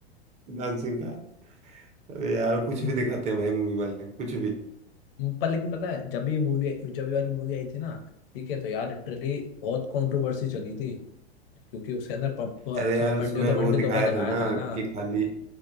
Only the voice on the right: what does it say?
डांसिंग का अरे यार कुछ
भी दिखाते हैं भाई मूवी वाले कुछ भी
अरे यार उसमें
वो
दिखाया
था ना
कि खाली